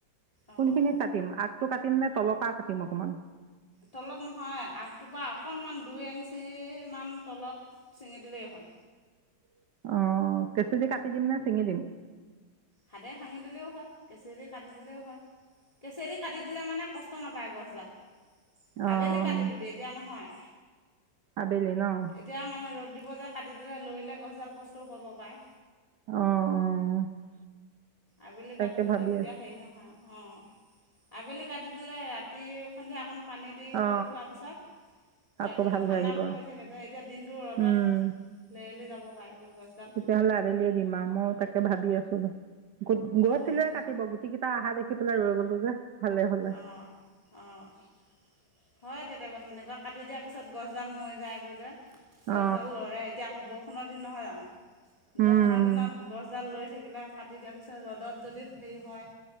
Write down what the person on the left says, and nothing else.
অঁ
তলত নহয় আগটোৰ পৰা অকণমান দুই এঞ্চিমান তলত চিঙি দিলেই হ'ল।
হাতে ভাঙি দিলেও হয় কেঁচিয়েদি কাটি দিলেও হয়। কেঁচিয়েদি কাটি দিলে মানে কষ্ট নাপায় গছডাল।
আবেলি কাটি দিবি এতিয়া নহয়।
এতিয়া মানে ৰ'দ দিব যে কাটি দে লৈলে গছডাল কষ্টও পাব পাৰে।
আবেলি
কাটি দিলে
তেতিয়া
হেৰি নহয় আৰু। অ' আবেলি কাটি দিলে ৰাতি সন্ধিয়াকণ পানী দি
কৰি থোৱাৰ পিছত।
ৰাতিটো
ঠাণ্ডা
হৈ থাকে যে এতিয়া দিনটো ৰ'দত
লেৰেলি যাব পাৰেগৈ গছডাল
অঁ
অঁ অঁ হয় কেতিয়াবা তেনেকুৱা কাটি দিয়া পিছত গছডাল মৰি যায় গৈ যে।
গছডাল লৰে এতিয়া আকৌ বৰষুণৰ দিন নহয় জানো।
বৰষুণৰ দিনত গছডাল লৈ থাকিলে কাটি দিয়াৰ পিছত ৰ'দত যদি হেৰি হয়।